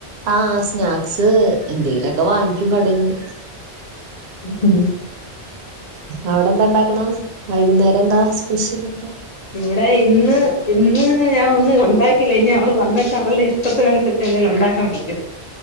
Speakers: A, on the right; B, on the left.
A: ആഹ് സ്നാക്സ് എന്തെങ്കിലൊക്കെ വാങ്ങിക്കും കടന്ന്
B: <inaudible>
A: അവിടെ എന്താ ഉണ്ടാക്കണ വൈകുന്നേരം എന്താ സ്പെഷ്യൽ ഒക്കെ
B: ഇവിടെ ഇന്ന് ഇന്ന് ഞാൻ ഒന്ന് ഉണ്ടാക്കില്ല ഇനി അവള് വന്നട്ട് അവളുടെ ഇഷ്ടത്തിനനുസരിച്ച് ഉണ്ടാക്കൻ പറ്റും